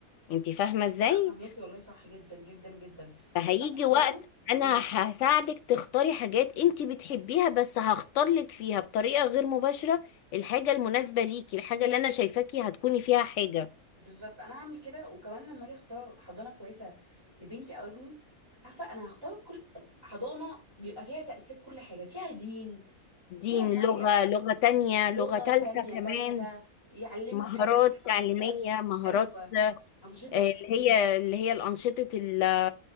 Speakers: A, on the left; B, on the right.
A: انت فاهمة ازاي
B: لا فهماكي والله صح جدا جدا جدا
A: فهيجي
B: حتى في الحضانه
A: وقت انا
B: امم
A: هساعدك تختاري حاجات انت بتحبيها بس هختار لك فيها بطريقة غير مباشرة الحاجة المناسبة ليكي الحاجة اللي انا شايفاكي هتكوني فيها حاجة
B: بالظبط انا هعمل كده وكمان لما اجي اختار حضانه كويسه لبنتي او ابني عارفه انا هختار كل حضانه بيبقى فيها تاسيس كل حاجه فيها دين
A: دين
B: فيها إنها
A: لغة
B: بي-
A: لغة تانية
B: لغه
A: لغة تالتة
B: تانية
A: كمان
B: تالتة يعلموا
A: مهارات
B: حد يعرف
A: تعليمية مهارات
B: ايوه انشطه
A: آه، اللي هي اللي هي الأنشطة ال-